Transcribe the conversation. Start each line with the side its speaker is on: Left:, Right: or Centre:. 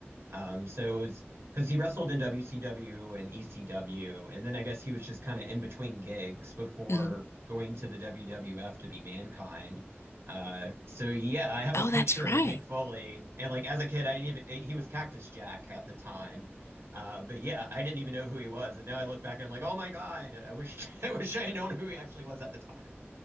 Right: um, So it was because he wrestled in WCW and ECW, and then I guess he was just kind of in between gigs before
Left: hmm
Right: going to the WWF to be Mankind. Uh, so yeah, I have
Left: Oh,
Right: a picture
Left: that's right.
Right: with Mick Foley, and like as a kid, I didn't even, he was Cactus Jack at the time. Uh, but yeah, I didn't even know who he was, and now I look back and I'm like, oh my God, I wish <laughs> I wish I had known who he actually was at the time.